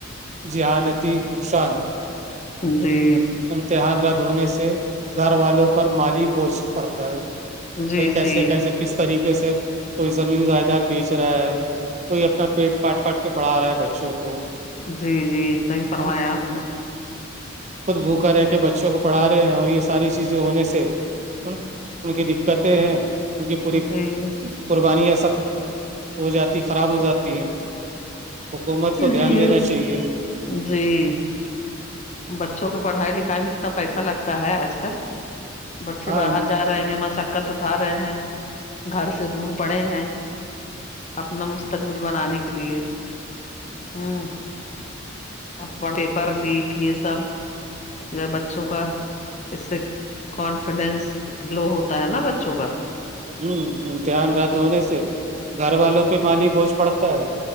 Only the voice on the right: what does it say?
ذہانتی نقصان
امتحان رد ہونے سے گھر والوں کو پر مالی بوجھ پڑتا ہے
کہئی کیسے کیسے کس طریقے سے کوئی زمین جائیداد بیچ رہا ہے کوئی اپنا پیٹ کاٹ کاٹ کے پڑھا رہا ہے بچوں کو
ہے
نا
خود بھوکا ہے کہ بچوں کو پڑھا رہے ہیں اور یہ ساری چیزیں ہونے سے ان کی دقتیں ہیں ان کی پوری
بانی یہ سب ہو جاتی خراب ہو جاتی ہے حکومت کو
دھیان دینا چاہیے
ہاں
ہوں امتحان رد ہونے سے گھر والوں پہ مالی بوجھ پڑتا ہے